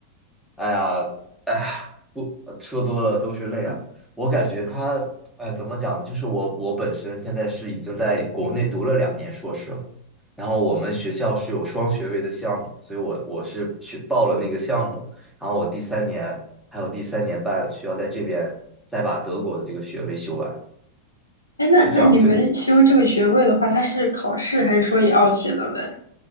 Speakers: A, in the centre; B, on the left.
A: 哎呀，哎呀，不说多了都是泪啊！我感觉他，哎，怎么讲呢？就是我，我本身现在是已经在国内读了两年硕士了，然后我们学校是有双学位的项目，所以我我是去报了那个项目，然后我第三年还有第三年半需要在这边再把德国的这个学位修完，
B: 哎，那那你们修这个学位的话，
A: 是这样，所以
B: 它是考试还是说也要写论文？